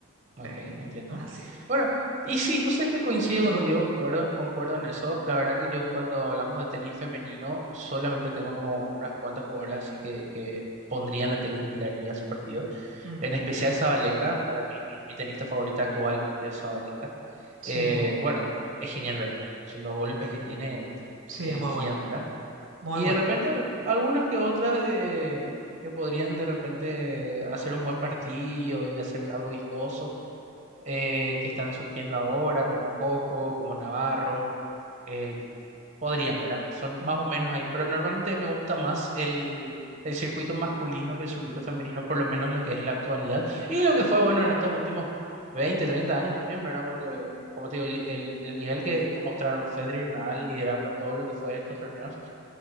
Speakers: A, on the right (about 35°); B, on the right (about 60°).
A: Ok,
B: eh,
A: entiendo.
B: más así.
A: Bueno, y sí, vos sabés que coincido
B: ¿Y
A: contigo,
B: vos?
A: concuerdo,
B: Mm,
A: concuerdo en eso. La verdad que yo cuando hablamos de tenis femenino, solamente tengo como unas cuantas jugadoras así que, que pondría en la tele y miraría su partido.
B: mm.
A: En especial Sabalenka, para mí mi, mi tenista favorita actualmente es Sabalenka.
B: Sí,
A: Eh,
B: muy buena.
A: bueno, es genial verla. Son los golpes que tiene,
B: Sí,
A: te
B: es
A: liquidan,
B: muy buena,
A: ¿verdad?
B: muy
A: Y
B: buena.
A: de repente algunas que otras de, que podrían de repente hacer un buen partido y hacer algo vistoso eh, que están surgiendo ahora, como Coco, como Navarro, eh, podrían, ¿verdad? Son
B: Mm.
A: más o menos ahí, pero normalmente me gusta más el, el circuito masculino que el circuito femenino, por lo menos lo que es en la actualidad, y lo que fue bueno en estos últimos 20 30 años también, ¿verdad? Porque, como te digo, el, el- el nivel que, que mostraron Federer y Nadal liderando todo lo que fue estos torneos